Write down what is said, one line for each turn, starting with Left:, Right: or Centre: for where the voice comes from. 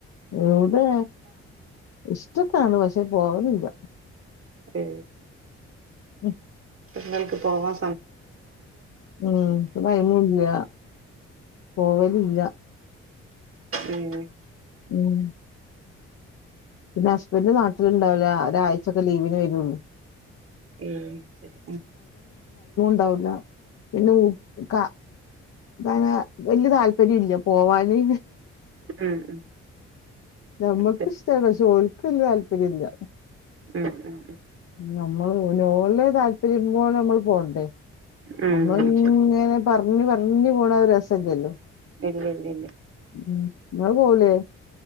Left: എവിടെ ഇഷ്ടക്കാണ് പക്ഷെ പോവാലില്ല.
Right: ഏ
Left: ഉം
Right: ഞങ്ങൾക്ക് പോവാം
Left: ഉം ടൈംഇല്ല പോവലില്ല
Right: ഉം
Left: ഉം പിന്നെ ഹസ്ബൻഡ് നാട്ടിലുണ്ടാവില്ല ഒരാഴ്ചൊക്കെ ലീവിന് വരുള്ളു.
Right: ഏ ശരി
Left: ഓ പിന്നെ ഇക്ക അ വലിയ താല്പര്യം ഇല്ല പോവാന്.
Right: ഉം
Left: നമ്മക്ക്
Right: ഉം ശരി
Left: ഇഷ്ട്ടാണ് പക്ഷെ ഓൽക്ക് വല്യ യതാല്പര്യില്ല.
Right: ഉം ഉം
Left: നമ്മള് ഓലെ താല്പര്യം പോലെ നമ്മള് പോണ്ടേ,
Right: ഉം
Left: നമ്മളങ്ങനെ
Right: ഉം ശരി
Left: പറഞ്ഞ്പറഞ്ഞ്പോണൊരു രസല്ലല്ലോ
Right: ഇല്ല ഇല്ല ഇല്ല
Left: ഉം ഇങ്ങള് പോവൂലേ